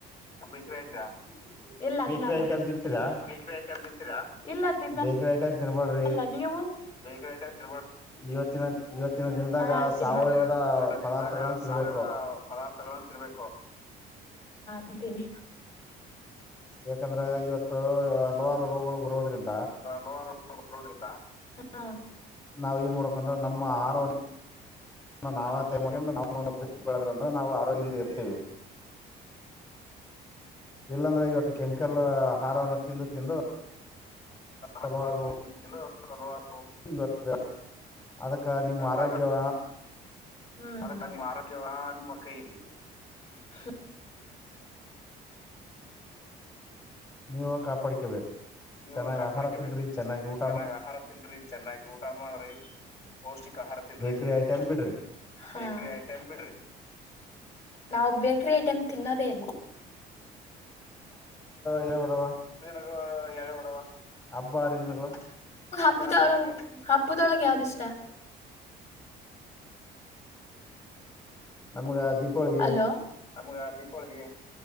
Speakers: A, on the left; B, on the left.
A: ಹ ಬೇಕ್ರಟ್ರಾ <unintelligible> ಇಲ್ಲ
B: ಬೇಕ್ರಿ
A: ತಿನ್ನಲ್ಲ
B: ಐಟಮ್
A: <unintelligible>
B: ತಿಂತೀರಾ
A: ಬೇಕರಿ ಐಟಂ ತಿಂತೀರಾ ಇಲ್ಲ ತಿನ್ನಲ್ಲ
B: ಬೇಕ್ರಿ ಐಟಮ್ ತಿನ್ಬಾಡ್ರಿ
A: ಅಲ್ಲ ನೀವು ಬೇಕರಿ ಐಟಂ ತಿನ್ಬೇಡ್ರಿ
B: ಇವತ್ತಿನ ಇವತ್ತಿನ
A: <unintelligible>
B: ದಿನದಾಗ ಸಾವಯವದ
A: ಇವತ್ತಿನ ದಿಂದಾಗಿ
B: ಪದಾರ್ಥಗಳನ್ನ ತಿನ್ಬೇಕು
A: ಸಾವಯವ ಪದಾರ್ಥಗಳನ್ನಾ ತಿನ್ಬೇಕು <unintelligible> ತನಿ
B: ಯಾಕಂದ್ರೆ ಇವತ್ತು ಹಲವಾರು ರೋಗಗಳು ಬ <unintelligible> ಹದ <unintelligible>
A: ಲೋಡೋದ್ರಿಂದ <unintelligible> ಹಾ
B: ನಾವ ಏನ್ ಮಾಡಬೇಕಕಂದ್ರ <unintelligible> ನಮ್ಮ ಆಹಾರ ನಾವ <unintelligible> ಮಾಡ್ರ ನಾವು ಬೆಳದ್ರ <unintelligible> ಅಂದ್ರ ನಾವು ಆರೋಗ್ಯದಿಂದ ಇರ್ತೀವಿ ಇಲ್ಲಾಂದ್ರೆ ಇವತ್ತು ಕೆಮಿಕಲ್ ಹಾರವನ್ನು ತಿಂದು ತಿಂದು
A: ಆತ್
B: ಹಲವಾರು
A: <unintelligible> ಹಲ <unintelligible>
B: ಇವತ್ತು <unintelligible> ಅದಕ್ಕ ನಿಮ್ಮ ಆರೋಗ್ಯವ
A: ಬೆಳೆದತ್ತ ಹ್ಮ್ ನಮ್ಮ ಆರೋಗ್ಯ ನಿಮ್ಮ ಕೈಯಲ್ಲಿ ಹ <unintelligible>
B: ನೀವು ಕಾಪಾಡ್ಕಬೇಕು
A: ನೀವ
B: ಚೆನ್ನಾಗ್
A: ಕಾಪಾಡ್ಕೊಬೇಕು
B: ಆಹಾರ ತಿನ್ರಿ ಚೆನ್ನಾಗಿ ಊಟ
A: ಚೆನ್ನಾಗ್
B: ಮಾ
A: ಆಹಾರ ತಿನ್ರಿ ಚೆನ್ನಾಗಿ ಊಟ ಮಾಡ್ರಿ ಪೌಷ್ಟಿಕ ಆಹಾರ ತಿನ್ರಿ
B: ಬೇಕರಿ ಐಟಮ್ ಬಿಡ್ರಿ
A: ಬೇಕರಿ ಐಟಂ ಬಿಡ್ರಿ ನಾವು ಬೇಕರಿ ಐಟಂ ತಿನ್ನೋದೇ ಇಲ್ಲ
B: ಯ ಹೇಳ್ಬದಾವ <unintelligible>
A: ಯಾವ <unintelligible> ಬಡವಾ
B: ಹಬ್ಬಾ ಆರಿದಿನಗಳ
A: <unintelligible> ಹಬ್ಬದೊಳಗೆ ಯಾವ್ದ ಇಷ್ಟ
B: ನಮ್ಗ ದೀಪಾವಳಿಗೆ
A: ಅಲೋ ನಮ್ಗ ದೀಪಾವಳಿಗೆ